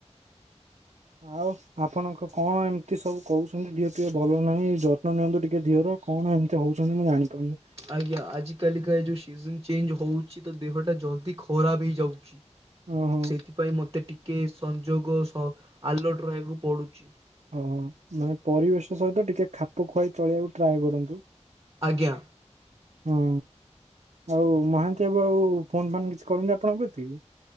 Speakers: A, on the right (about 70°); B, on the right (about 30°).
A: ଆଉ ଆପଣଙ୍କ କଣ ଏମିତି ସବୁ କହୁଚନ୍ତି ଦେହ ପିହ ଭଲ ନାହିଁ ଯତ୍ନ ନିଅନ୍ତୁ ଟିକେ ଦିହର। କଣ ଏମିତି ହଉଚନ୍ତି ମୁଁ ଜାଣିପାରୁନି।
B: ଆଜ୍ଞା ଆଜିି କାଲିକା ଏ ଯୋଉ ସିଜନ୍ ଚେଞ୍ଜ୍ ହଉଚି ତ ଦେହଟା ଜଲ୍ଦି ଖରାପ ହେଇ ଯାଉଚି
A: ଓହୋ
B: ସେଥି ପାଇଁ ମତେ ଟିକେ ସଂଯୋଗ ସ ଆଲର୍ଟ ରହିବାକୁ ପଡୁଚି।
A: ଓ ମାନେ ପରିବେଶ ସହିତ ଟିକେ ଖାପ ଖୁଆଇ ଚଳିବାକୁ ଟ୍ରାଏ କରନ୍ତୁ।
B: ଆଜ୍ଞା।
A: ହୁଁ ଆଉ ମହାନ୍ତି ଆବୁ ଆଉ ଫୋନ୍ ଫାନ୍‌ କିଛି କରନ୍ତି ଆପଣଙ୍କ କତିକି?